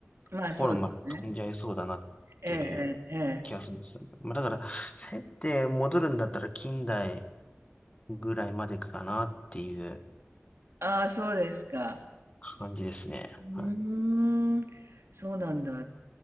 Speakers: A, on the right (about 70°); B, on the left (about 30°).
A: えまあそうですね。
B: 頃まで飛んじゃいそうだなっていう気がするんですよね。
A: ええええええ
B: まあ、だから、せって戻るんだったら近代ぐらいまでかなっていう
A: ああ、そうですか。
B: 感じですね。
A: うーん、
B: はい
A: そうなんだ。へ